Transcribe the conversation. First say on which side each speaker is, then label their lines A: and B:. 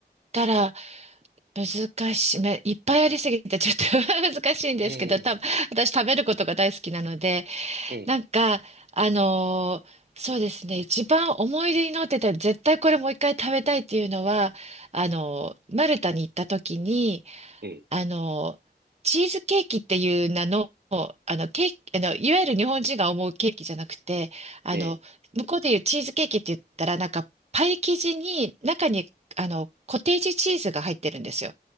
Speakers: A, on the right; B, on the right.
A: たら難しい。めいっぱいありすぎてちょっと <laughs> 難しいんですけど、
B: ええ、
A: 多分私食べることが大好きなので、
B: ええ、
A: なんか、あのーそうですね。一番思い出に残ってた、絶対これもう一回食べたいっていうのは、あのーマルタに行った時に、
B: ええ、
A: あの、チーズケーキっていう名の、あの、ケーキ、あの、いわゆる日本人が思うケーキじゃなくて、あの、
B: ええ、
A: 向こうでいうチーズケーキって言ったら、なんか、パイ生地に、中に、あの、コテージチーズが入ってるんですよ。